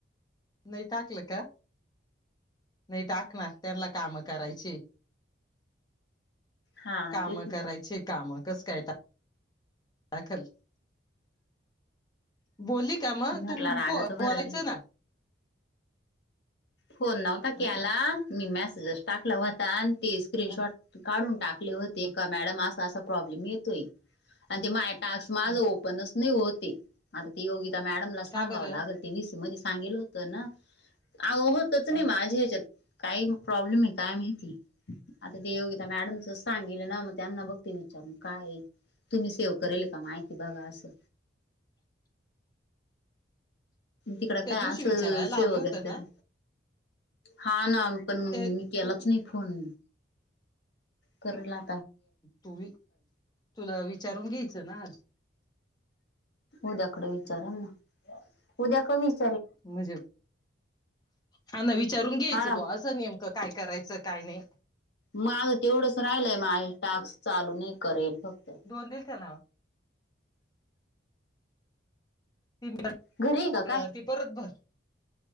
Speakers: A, on the left; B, on the left.
A: नाही टाकलं का नाही टाकणार त्यांना कामच. करायची.
B: हा
A: काम
B: तेच ना
A: करायचे काम. कस काय टा दाखल. बोलली का म
B: म्हटलं
A: तुम
B: रागाचं
A: बोलायचं
B: भरलं
A: ना.
B: फोन नव्हता
A: अं,
B: क्याला मी मॅसेजेच टाकला व्हता अन् ते स्क्रीनशॉट
A: अं,
B: काढून टाकले होते
A: अं,
B: का मॅडम असं असं प्रॉब्लेम येतोय अन् ते टास्क माझं
A: अं.
B: ओपनच नाही होती आता ती योगिता मॅमला सांगावं
A: का बरं
B: लागेल ते वीस म ध्ये सांगितला होत ना आओ होतच नाही
A: अं,
B: माझ्या ह्याच्यात काही प्रॉब्लेमय काय माहिती आता ते योगिता मॅडमच सांगितलं ना मग त्यांना बघते काय आहे तुम्ही सेव करेल के माय असं
A: <inaudible>
B: तिकडं
A: त्या
B: काय
A: दिवशी
B: असंल
A: विचारायला
B: सेव
A: लावलं
B: वगैरे
A: होतं ना
B: त हा ना पण
A: ते
B: मी केलाच
A: तू
B: नाही फोन करला
A: तू वि तुला विचारून घ्यायचं ना आ
B: उद्याकड विचारन उद्याक विचा
A: म्हजे हा ना विचारून घ्यायचं
B: हा ना
A: बुवा अस नियम क काय करायचं काय नाय
B: माझं तेवढंच राहिलंय मा टाक्स चालू नाही करेल फक्त
A: दोन दिल ना <unintelligible>
B: घरी आहे का काय
A: ती परत भर